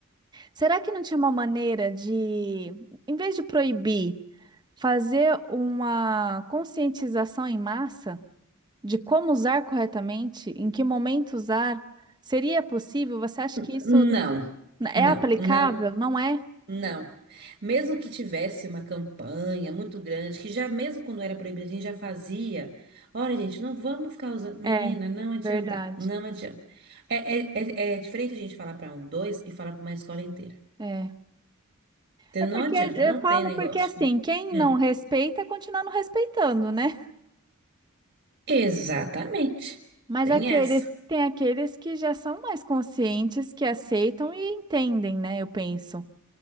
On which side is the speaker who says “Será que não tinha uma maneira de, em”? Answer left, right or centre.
Right